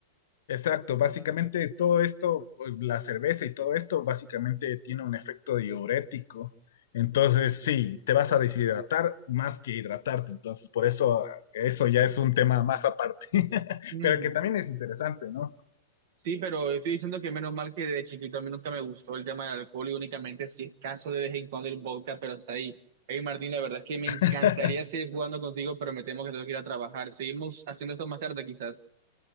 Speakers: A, on the left; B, on the right.
A: Exacto, básicamente todo esto, pues, la cerveza y todo esto, básicamente tiene un efecto diurético. Entonces, sí, te vas a deshidratar más que hidratarte. Entonces, por eso, eso ya es un tema más aparte, <laughs>
B: Mm,
A: pero que también es interesante, ¿no?
B: Sí, pero estoy diciendo que menos mal que de chiquito a mí nunca me gustó el tema del alcohol y únicamente si es caso de vez en cuando el vodka, pero hasta ahí. Hey Martín, la verdad es que me
A: <laughs>
B: encantaría seguir jugando contigo, pero me temo que tengo que ir a trabajar. Seguimos haciendo esto más tarde quizás.